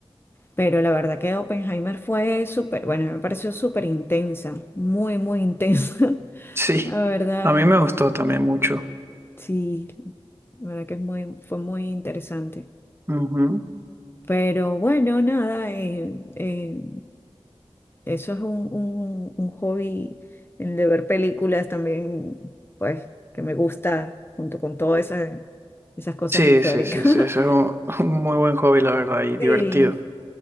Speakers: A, on the left; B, on the right.
A: Pero la verdad que Oppenheimer fue súper, bueno, me pareció súper intensa, muy, muy intensa, <laughs>
B: Sí,
A: la verdad,
B: a mí me gustó también mucho.
A: sí. La verdad que es muy, fue muy interesante.
B: Ujú.
A: Pero bueno, nada, eh, eh, eso es un, un- un hobby, el de ver películas también, pues, que me gusta junto con todas esas, esas cosas
B: Sí,
A: históricas.
B: sí, sí,
A: <laughs>
B: sí, eso es un <laughs> un muy buen hobby, la verdad, y
A: Sí.
B: divertido.